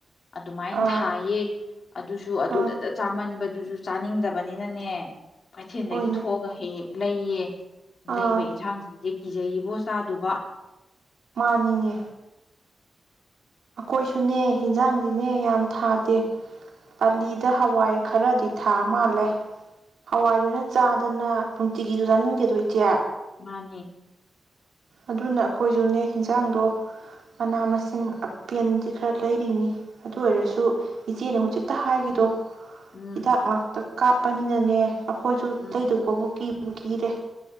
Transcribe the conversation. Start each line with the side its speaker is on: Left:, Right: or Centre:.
Left: ꯑꯗꯨꯃꯥꯏꯅ
Right: ꯑꯥ
Left: ꯊꯥꯏꯌꯦ ꯑꯗꯨꯁꯨ ꯑꯗꯨꯗꯅ
Right: ꯑꯥ
Left: ꯆꯥꯃꯟꯕꯒꯤꯁꯨ ꯆꯥꯅꯤꯡꯗꯕꯅꯤꯅꯅꯦ꯫ ꯀꯩꯊꯦꯟꯗꯒꯤ
Right: ꯍꯣꯏꯅꯦ
Left: ꯊꯣꯛꯑꯒ <unintelligible> ꯂꯩꯌꯦ
Right: ꯑꯥ
Left: ꯂꯩꯕ ꯏꯟꯁꯥꯡ <unintelligible> ꯀꯤꯖꯩꯌꯦꯕꯣ ꯆꯥꯗꯨꯕ
Right: ꯃꯥꯅꯤꯅꯦ ꯑꯈꯣꯏꯁꯨꯅꯦ ꯍꯟꯖꯥꯡꯗꯤꯅꯦ ꯌꯥꯝ ꯊꯥꯗꯦ ꯄꯥꯂꯤꯗ ꯍꯋꯥꯏ ꯈꯔꯗꯤ ꯊꯥ ꯃꯥꯜꯂꯦ ꯍꯋꯥꯏꯗꯨꯅ ꯆꯥꯗꯅ ꯅꯨꯡꯇꯤꯒꯤꯁꯨ ꯆꯥꯅꯤꯡꯟꯒꯦꯗꯣ ꯏꯆꯦ
Left: ꯃꯥꯅꯦ
Right: ꯑꯗꯨꯅ ꯑꯈꯣꯏꯖꯨꯅꯦ ꯍꯤꯟꯖꯥꯡꯗꯣ ꯃꯅꯥ ꯃꯁꯤꯡ ꯄꯦꯟꯗꯤ ꯈꯔ ꯂꯩꯔꯤꯅꯤ ꯑꯗꯨ ꯑꯣꯏꯔꯁꯨ ꯏꯆꯦꯅ ꯍꯨꯖꯤꯛꯇ ꯍꯥꯏꯈꯤꯗꯣ
Left: ꯎꯝ
Right: ꯍꯤꯗꯥꯛ ꯉꯥꯛꯇ ꯀꯥꯞꯄꯅꯤꯅꯅꯦ ꯑꯈꯣꯏꯖꯨ
Left: ꯎꯝ
Right: ꯂꯩꯗꯧꯕꯕꯨ ꯀꯤ <unintelligible>